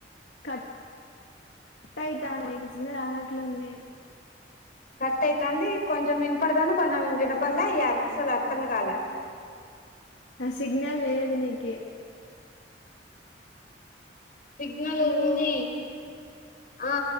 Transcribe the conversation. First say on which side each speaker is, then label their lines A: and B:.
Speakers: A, on the left; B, on the left.
A: కట్ <unintelligible> ఇంక రానట్లుంది
B: కట్ అయితాంది కొంచెం వినపడుతాంది కొంచెం వినపడలే ఇగ అసలే అర్థమే కాలే
A: ఆ సిగ్నల్ లేదు నీకి
B: సిగ్నల్
A: హలో
B: ఉంది ఆ